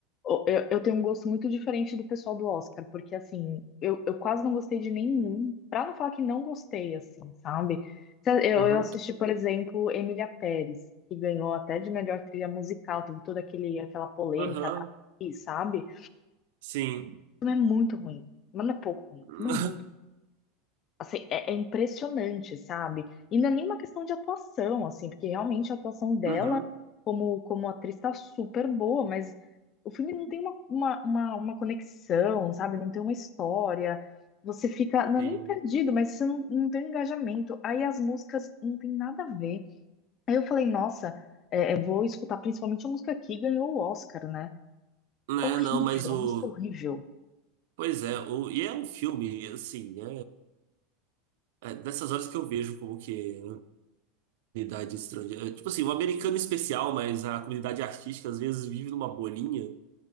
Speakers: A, on the left; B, on the right.
A: Eu, eu tenho um gosto muito diferente do pessoal do Oscar, porque assim, eu, eu quase não gostei de nenhum, pra não falar que não gostei, assim, sabe? Se- Eu,
B: Uhum.
A: eu assisti, por exemplo, Emília Pérez, que ganhou até de melhor trilha musical, teve toda aquele, aquela polêmica
B: Aham.
A: da atriz, sabe?
B: Sim.
A: O filme é muito ruim, mas não é pouco ruim,
B: <laughs>
A: o filme é muito Assim, é, é impressionante, sabe? E não é nenhuma questão de atuação, assim, porque realmente a atuação dela
B: Uhum.
A: como, como atriz tá super boa, mas o filme não tem uma, uma, uma, uma conexão, sabe? Não tem uma história. Você fica, não
B: Sim.
A: é nem perdido, mas você não, não tem um engajamento. Aí as músicas não tem nada a ver. Aí eu falei, nossa, é, é, vou escutar principalmente a música que ganhou o Oscar, né?
B: Né,
A: Horrível,
B: não, mas o.
A: a música horrível.
B: Pois é, o... e é um filme, assim, né? É dessas horas que eu vejo como que. comunidade estrangeira. É, Tipo assim, o americano em especial, mas a comunidade artística às vezes vive numa bolinha.